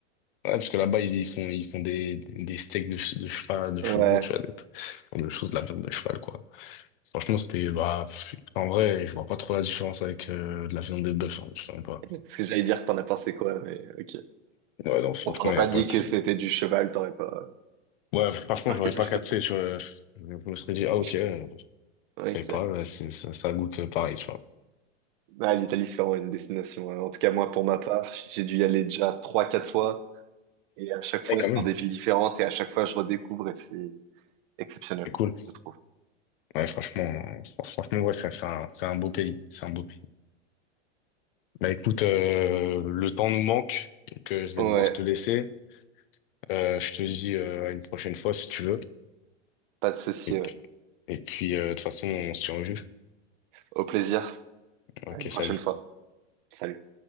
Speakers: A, on the left; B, on the right.
A: Ouais, parce que là-bas, ils, ils font, ils font des, des steaks de, ch- de cheval, de
B: Ouais.
A: chevaux, tu vois, des, des choses de la viande de cheval, quoi. Franchement, c'était, bah, pff, en vrai, je vois pas trop la différence avec euh, de la viande de bœuf, hein, je sais même pas.
B: Parce que j'allais dire que t'en as pensé quoi, mais ok.
A: Ouais, non, franchement,
B: On t'en a
A: il
B: pas
A: y a pas
B: dit
A: trop.
B: que c'était du cheval, t'aurais pas
A: Ouais, franchement,
B: marqué
A: j'aurais
B: plus
A: pas capté,
B: que ça.
A: tu vois. Je me serais dit, ah, ok,
B: <laughs>
A: euh, je
B: Ok.
A: sais pas, ouais, c'est- ça, ça goûte euh, pareil, tu vois.
B: Ah, l'Italie, c'est vraiment une destination. hein. En tout cas, moi, pour ma part, j'ai dû y aller déjà trois, quatre fois. Et à chaque fois,
A: Ouais, quand
B: c'est
A: même,
B: dans des villes différentes. Et à chaque fois, je redécouvre et c'est exceptionnel,
A: c'est cool.
B: je trouve.
A: Ouais, franchement, euh, fr- franchement, ouais, c'est c'est un, c'est un beau pays, c'est un beau pays. Bah, écoute, euh, le temps nous manque, donc euh, je vais
B: Ouais,
A: devoir te laisser. Euh, je te dis euh, à une prochaine fois si tu veux.
B: pas de souci.
A: Et puis,
B: ouais.
A: et puis euh, de toute façon, on se tient au jus.
B: Au plaisir.
A: Ok,
B: À une
A: salut.
B: prochaine fois. Salut.